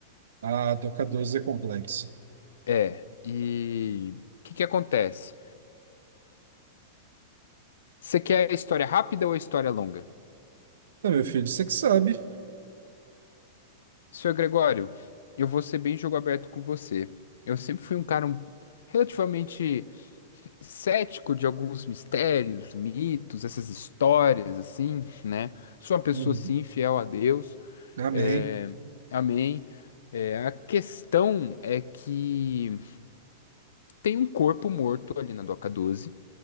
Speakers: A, on the right; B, on the left.
A: Ah, Doca 12 é complexa.
B: É, e o que que acontece? Você quer a história rápida ou a história longa?
A: Ah, meu filho, você que sabe.
B: Senhor Gregório, eu vou ser bem jogo aberto com você. Eu sempre fui um cara um- relativamente cético de alguns mistérios, mitos, essas histórias, assim, né? Sou uma pessoa,
A: Uhum.
B: assim, fiel a Deus.
A: Amém.
B: é, Amém. É, a questão é que tem um corpo morto ali na Doca doze.